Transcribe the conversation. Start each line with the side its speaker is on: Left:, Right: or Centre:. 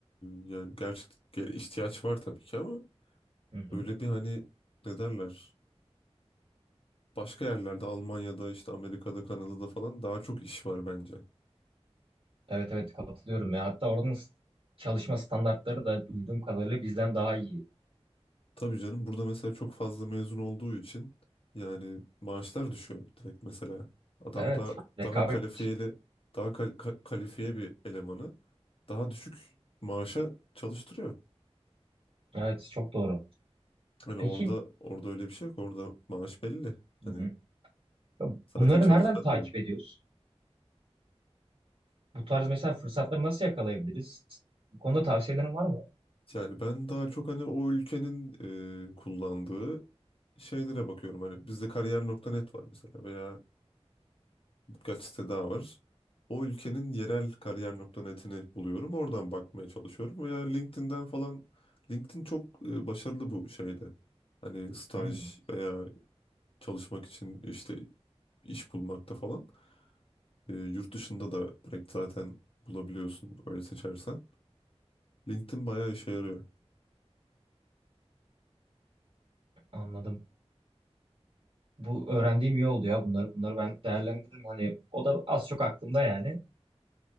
Left: yani gerçekten ihtiyaç var tabii ki ama
Right: Hı hı.
Left: öyle bir hani ne derler başka yerlerde Almanya'da işte Amerika'da Kanada'da falan daha çok iş var bence.
Right: Evet evet katılıyorum ya. Hatta oranın s- çalışma standartları da duyduğum kadarıyla bizden daha iyi.
Left: Tabii canım burada mesela çok fazla mezun olduğu için yani maaşlar düşüyor direkt mesela. Adam
Right: Evet.
Left: daha Evet.
Right: Rekabet.
Left: daha kalifiyeli daha kal- ka- kalifiye bir elemanı daha düşük maaşa çalıştırıyor.
Right: Evet çok doğru.
Left: Hani
Right: Peki
Left: orada orada öyle bir şey yok. Orada maaş belli.
Right: hı
Left: Hani
Right: hı. Ya
Left: zaten
Right: bunları
Left: Evet. çalışan
Right: nereden takip
Left: da yok.
Right: ediyoruz? Bu tarz mesela fırsatları nasıl yakalayabiliriz? Bu konuda tavsiyelerin var mı?
Left: Yani ben daha çok hani o ülkenin e, kullandığı şeylere bakıyorum. Hani bizde kariyer nokta net var mesela veya birkaç site daha var. O ülkenin yerel kariyer kariyer.net'ini buluyorum. Oradan bakmaya çalışıyorum veya LinkedIn'den falan. LinkedIn çok e, başarılı bu şeyde. Hani staj
Right: Hmm,
Left: veya çalışmak için işte iş bulmakta falan. E, yurt dışında da direkt zaten bulabiliyorsun öyle seçersen. LinkedIn bayağı işe yarıyor.
Right: anladım. Bu öğrendiğim iyi oldu ya bunları. Bunları ben değerlendiririm. Hani o da az çok aklımda yani.